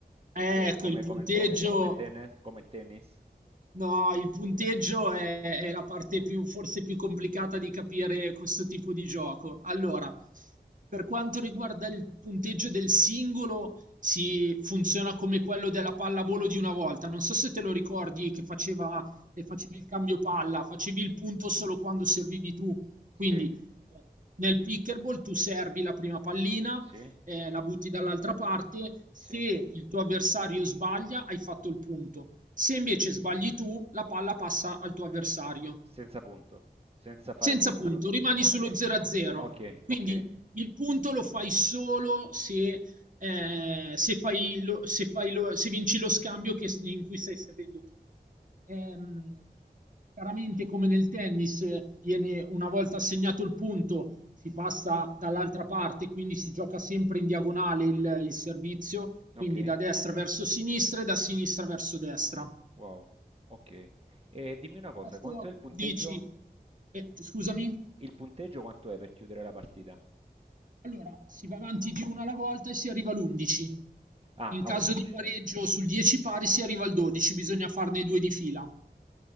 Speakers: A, on the right; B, on the right.
A: E
B: ecco,
A: cioè come,
B: il punteggio,
A: come il tenne- come tennis, come il tennis?
B: No, il punteggio è, è la parte più, forse più complicata di capire questo tipo di gioco. Allora, per quanto riguarda il punteggio del singolo, si
A: Sì.
B: funziona come quello della pallavolo di una volta. Non so se te lo ricordi che faceva, eh, facevi il cambio palla, facevi il punto solo quando servivi tu.
A: Sì,
B: Quindi nel pickerball tu servi la prima pallina,
A: sì,
B: eh, la butti dall'altra parte,
A: sì.
B: se il tuo avversario sbaglia hai fatto il punto. Se invece sbagli tu, la palla passa al tuo avversario.
A: Senza punto, senza fare
B: Senza
A: punto.
B: punto, rimani
A: Ok,
B: sullo 0 a 0.
A: ok,
B: Quindi
A: ok.
B: il punto lo fai solo se, eh, se, fai lo- se fai lo- se vinci lo scambio che- in cui stai servendo tu. Ehm, chiaramente, come nel tennis, eh, viene una volta assegnato il punto, si passa dall'altra parte, quindi si gioca sempre in diagonale il, il servizio,
A: Ok,
B: quindi da destra verso sinistra e da sinistra verso destra.
A: wow, ok. E dimmi una cosa,
B: Questo
A: quanto è il punteggio?
B: dici, eh, scusami.
A: Il punteggio quanto è per chiudere la partita?
B: Allora, si va avanti di una alla volta e si arriva all'11.
A: Ah,
B: In caso
A: a 11.
B: di pareggio sul 10 pari si arriva al 12, bisogna farne due di fila.